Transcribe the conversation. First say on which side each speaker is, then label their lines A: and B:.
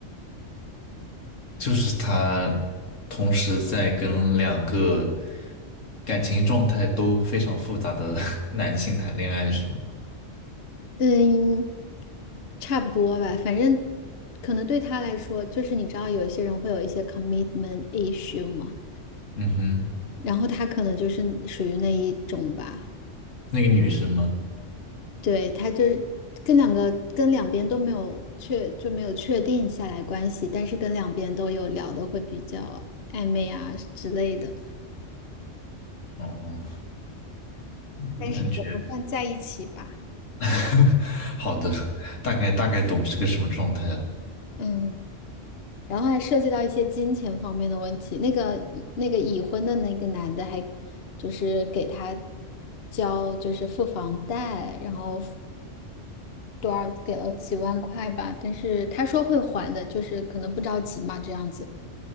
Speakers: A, on the left (about 90°); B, on the left (about 55°).
A: 就是他同时在跟两个感情状态都非常复杂的 <laughs> 男性谈恋爱，是吗？
B: 嗯，差不多吧，反正可能对他来说，就是你知道有一些人会有一些 commitment issue 嘛，
A: 嗯哼，
B: 然后他可能就是属于那一种吧。
A: 那个女生吗？
B: 对，他就是跟两个跟两边都没有确就没有确定下来关系，但是跟两边都有聊的会比较暧昧啊之类的，
A: 哦，
B: 但是也不算在一起吧。
A: 我感觉 <laughs> 好的，大概大概懂是个什么状态了。
B: 嗯，然后还涉及到一些金钱方面的问题。那个那个已婚的那个男的还就是给他交就是付房贷，然后多少给了几万块吧，但是他说会还的，就是可能不着急嘛这样子。